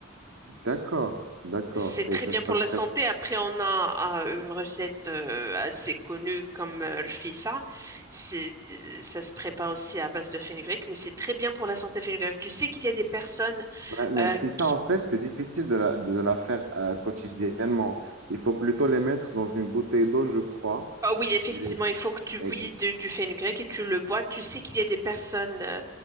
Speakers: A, on the right; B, on the right.
A: D'accord, d'accord.
B: C'est
A: Et
B: très
A: ça
B: bien
A: se passe
B: pour la
A: très...
B: santé. Après, on a euh, une recette euh, assez connue comme euh, le fissa. C'est, ça se prépare aussi à base de fenugrec, mais c'est très bien pour la santé fenugrec. Tu sais qu'il y a des personnes
A: Ouais, mais
B: euh,
A: ça,
B: qui
A: en fait, c'est difficile de la, de la faire euh, quotidiennement. Il faut plutôt les mettre dans une bouteille d'eau, je crois.
B: Ah oui, effectivement,
A: Et les-
B: il faut que tu
A: ex-
B: bouillis de- du fenugrec et tu le bois. Tu sais qu'il y a des personnes euh,